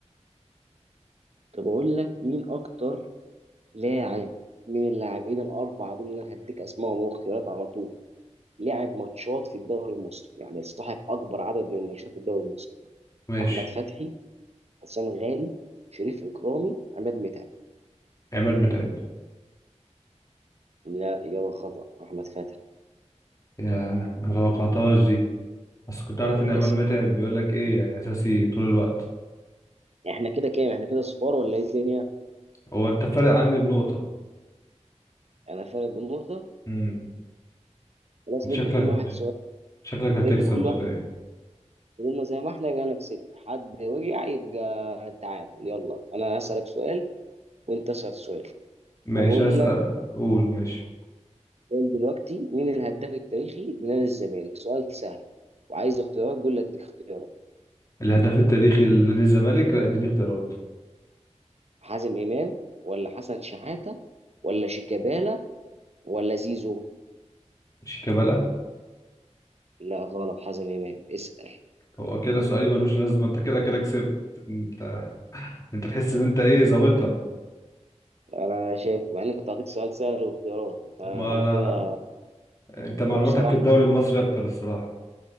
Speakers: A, on the right; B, on the left.
A: طب اقول لك مين اكتر لاعب من اللاعبين الاربعه دول اللي انا هديك اسمائهم واختيارات على طول لعب ماتشات في الدوري المصري يعني صاحب اكبر عدد من الماتشات في الدوري المصري
B: ماشي
A: احمد فتحي حسام غالي شريف اكرامي عماد متعب
B: عماد متعب
A: لا اجابه خطا احمد فتحي
B: يا ما توقعتهاش دي بس كنت عارف ان عماد
A: اسم
B: متعب بيقول لك ايه يعني اساسي طول الوقت
A: احنا كده كام احنا كده صفار ولا ايه الدنيا
B: هو انت فارق عني بنقطة
A: انا فارق بالنقطه
B: امم
A: خلاص
B: أنت
A: ندي
B: شكلك
A: كل واحد سؤال
B: شكلك هتكسب
A: ندي كل
B: ولا ايه
A: فضلنا زي ما احنا يبقى انا كسبت حد وجع يبقى تعادل يلا انا هسألك سؤال وانت اسأل سؤال
B: ماشي
A: هقول
B: اسأل
A: لك
B: قول ماشي
A: قول دلوقتي مين الهداف التاريخي لنادي الزمالك سؤال سهل وعايز اختيارات قول لي اديك اختيارات
B: الهداف التاريخي لنادي الزمالك لا اديني اختيارات
A: حازم امام ولا حسن شحاتة ولا شيكابالا ولا زيزو
B: شيكابالا
A: لا غلط حازم امام اسأل
B: هو كده سؤالي ملوش لازمة انت كده كده كسبت انت انت تحس ان انت ايه ظابطها
A: لا انا شايف مع اني كنت هديك سؤال سهل واختيارات فانا
B: ما انا
A: كده
B: انت معلوماتك
A: وبصراحة
B: في الدوري المصري اكتر الصراحة